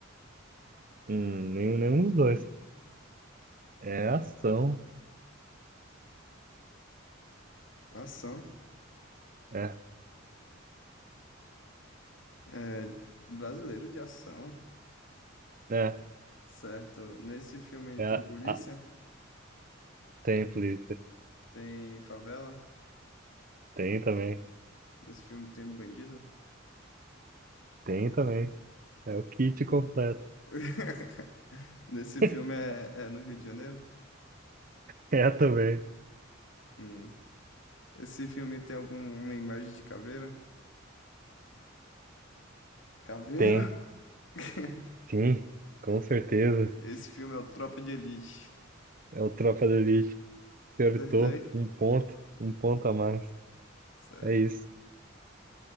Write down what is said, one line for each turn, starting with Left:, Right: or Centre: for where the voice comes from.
Right: Hum, nenhum, nenhum dos dois. É ação.
Left: Ação.
Right: É,
Left: É brasileiro de ação.
Right: é,
Left: Certo. Nesse filme
Right: é
Left: tem
Right: a,
Left: polícia?
Right: a- tem polícia.
Left: Tem favela?
Right: Tem também.
Left: Nesse filme tem bandido?
Right: Tem também. É o kit completo.
Left: <laughs> Nesse filme
Right: <laughs>
Left: é, é no Rio de Janeiro?
Right: É também.
Left: Hum. Esse filme tem alguma imagem de caveira? Caveira!
Right: Tem.
Left: <laughs>
Right: Sim, com certeza.
Left: Esse filme é o Tropa de Elite.
Right: É o Tropa da Elite. Acertou.
Left: Acertei?
Right: Um ponto. Um ponto a mais.
Left: Certo.
Right: É isso.